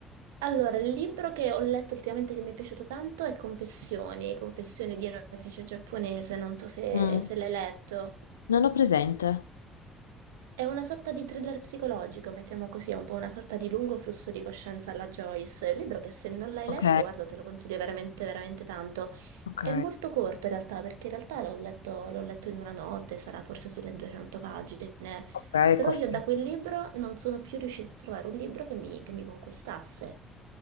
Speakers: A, on the right (about 75°); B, on the left (about 85°).
A: Allora, il libro che ho letto ultimamente che mi è piaciuto tanto è Confessioni, Confessioni di un'autrice giapponese, non so se,
B: Mm,
A: se l'hai letto.
B: Non ho presente.
A: È una sorta di thriller psicologico, mettiamo così, è un po' una sorta di lungo flusso di coscienza alla Joyce. È un libro che se non l'hai
B: Ok,
A: letto, guarda, te lo consiglio veramente, veramente tanto.
B: ok,
A: È molto corto in realtà, perché in realtà l'ho letto, l'ho letto in una notte, sarà forse sulle 200 pagine.
B: ok,
A: Però
B: corti.
A: io da quel libro non sono più riuscita a trovare un libro che mi che mi conquistasse.